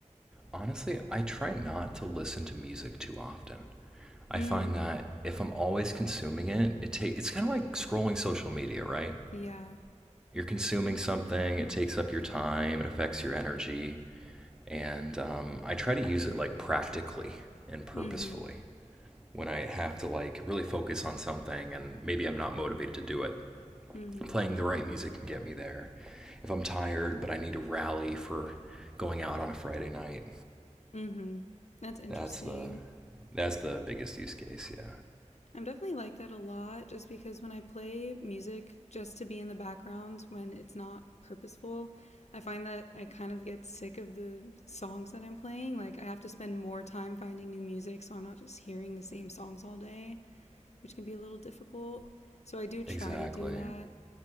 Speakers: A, in the centre; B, on the left.
A: honestly, I try not to listen to music too often. I
B: Mm.
A: find that if I'm always consuming it, it take it's kind of like scrolling social media, right?
B: Yeah.
A: You're consuming something, it takes up your time, it affects your energy. and um, I try to use it like practically and purposefully
B: Mhm.
A: when I have to like really focus on something and maybe I'm not motivated to do it.
B: Mhm.
A: Playing the right music can get me there. If I'm tired but I need to rally for going out on a Friday night,
B: Mhm. That's interesting.
A: that's the that's the biggest use case, yeah.
B: I'm definitely like that a lot just because when I play music just to be in the background when it's not purposeful, I find that I kind of get sick of the songs that I'm playing. Like, I have to spend more time finding new music so I'm not just hearing the same songs all day, which can be a little difficult. So, I do try
A: Exactly.
B: to do that.